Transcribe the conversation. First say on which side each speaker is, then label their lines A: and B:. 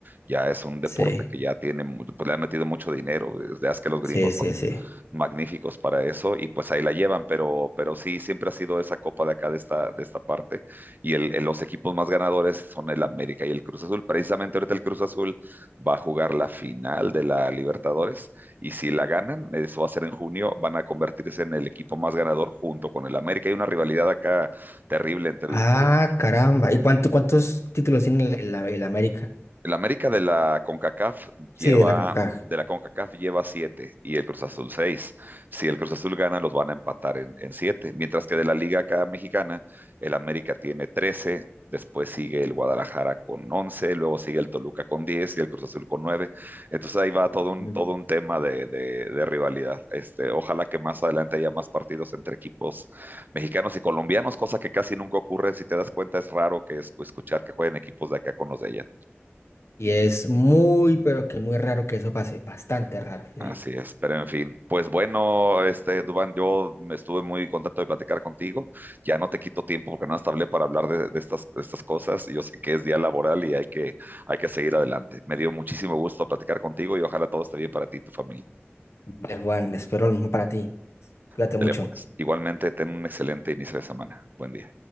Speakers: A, on the right; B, on the left.
A: Ya es un deporte
B: Sí,
A: que ya tiene, mu- pues le han metido mucho dinero. Desde hace que los gringos
B: sí, sí,
A: son
B: sí.
A: magníficos para eso y pues ahí la llevan, pero, pero sí, siempre ha sido esa copa de acá, de esta, de esta parte. Y el, el- los equipos más ganadores son el América y el Cruz Azul. Precisamente ahorita el Cruz Azul va a jugar la final de la Libertadores y si la ganan, eso va a ser en junio, van a convertirse en el equipo más ganador junto con el América. Hay una rivalidad acá terrible entre
B: Ah,
A: el Cruz
B: caramba. ¿Y cuánto, cuántos títulos tiene el, el- el América?
A: El América de la CONCACAF lleva,
B: Sí, de la CONCACAF.
A: de la CONCACAF lleva siete y el Cruz Azul seis. Si el Cruz Azul gana, los van a empatar en, en siete. Mientras que de la Liga acá mexicana, el América tiene 13, después sigue el Guadalajara con 11, luego sigue el Toluca con 10 y el Cruz Azul con 9. Entonces ahí va todo un,
B: Mm.
A: todo un tema de, de- de rivalidad. Este, ojalá que más adelante haya más partidos entre equipos mexicanos y colombianos, cosa que casi nunca ocurre. Si te das cuenta, es raro que es- escuchar que jueguen equipos de acá con los de allá.
B: Y es muy, pero que muy raro que eso pase. Bastante raro, diría.
A: Así es, pero en fin, pues bueno, este Dubán, yo me estuve muy contento de platicar contigo. Ya no te quito tiempo porque no hasta hablé para hablar de, de estas, de estas cosas. Yo sé que es día laboral y hay que, hay que seguir adelante. Me dio muchísimo gusto platicar contigo y ojalá todo esté bien para ti y tu familia.
B: Vale, Juan, espero lo mismo para ti. Cuídate
A: Ándale,
B: mucho.
A: pues. Igualmente, ten un excelente inicio de semana. Buen día.